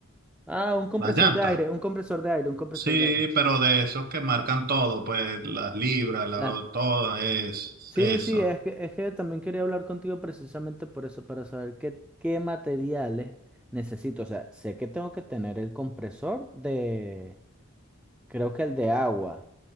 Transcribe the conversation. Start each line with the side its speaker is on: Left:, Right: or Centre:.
Centre: Ah, un compresor
Right: las llantas.
Centre: de aire, un compresor de aire, un compresor
Right: Sí,
Centre: de aire.
Right: pero de esos que marcan todo, pues las libras, la,
Centre: La...
Right: todo es
Centre: Sí,
Right: eso.
Centre: sí, es que, es que también quería hablar contigo precisamente por eso, para saber qué, qué materiales necesito. O sea, sé que tengo que tener el compresor de, creo que el de agua,